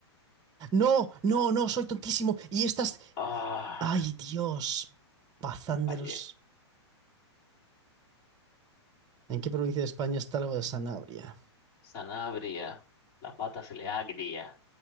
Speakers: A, on the right; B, on the left.
A: No, no, no, soy tontísimo. Y estas...
B: Ah,
A: ¡Ay, Dios! Bazán
B: fallé.
A: de los... ¿En qué provincia de España está algo de Sanabria?
B: Sanabria. La pata se le agria.